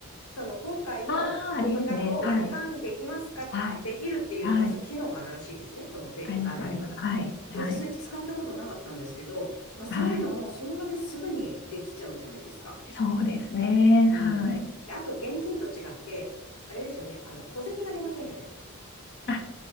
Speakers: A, on the left (about 85°); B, on the left (about 50°).
A: その今回の金額を割り勘できますかできるっていう、
B: ああ、ありますね。はい。はい。はい。
A: なんかそういう機能があるらしいですね。そのペイ、
B: あります、
A: あれに。
B: あります。はい、はい、
A: で、私それ使ったことなかったんですけど、まあそういうのもその場ですぐにできちゃうじゃないですか。
B: はい。そうですね。
A: うん。
B: はい。
A: であと現金と違って、あれですよね。あの、小銭が出ませんよね。
B: あ、